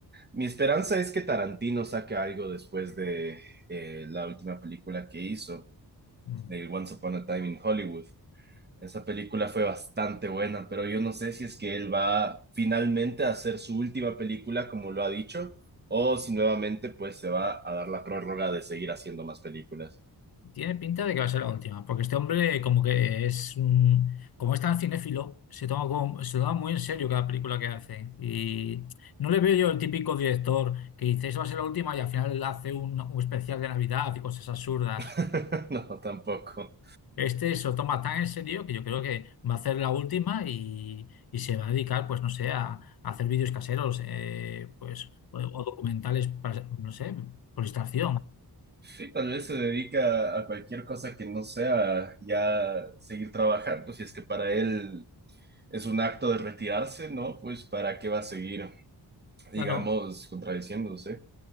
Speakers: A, on the right; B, on the left.
A: Mi esperanza es que Tarantino saque algo después de eh, la última película que hizo,
B: mm,
A: el Once Upon a Time in Hollywood. Esa película fue bastante buena, pero yo no sé si es que él va finalmente a hacer su última película, como lo ha dicho, o si nuevamente pues se va a dar la prórroga de seguir haciendo más películas.
B: tiene pinta de que va a ser la última, porque este hombre, como que es un. Como es tan cinéfilo, se toma, como- se toma muy en serio cada película que hace. Y no le veo yo el típico director que dice, esa va a ser la última, y al final hace un, un especial de Navidad y cosas absurdas.
A: <laughs> No, tampoco.
B: Este se lo toma tan en serio que yo creo que va a hacer la última y, y se va a dedicar, pues no sé, a, a hacer vídeos caseros, eh, pues, o, o documentales para, no sé, por distracción.
A: Sí, tal vez se dedica a cualquier cosa que no sea ya seguir trabajando, si es que para él es un acto de retirarse, ¿no? Pues para qué va a seguir, digamos,
B: Claro,
A: contradiciéndose.